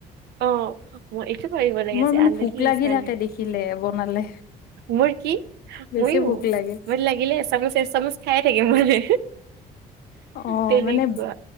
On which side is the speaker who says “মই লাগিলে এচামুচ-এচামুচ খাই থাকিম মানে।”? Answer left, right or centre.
Right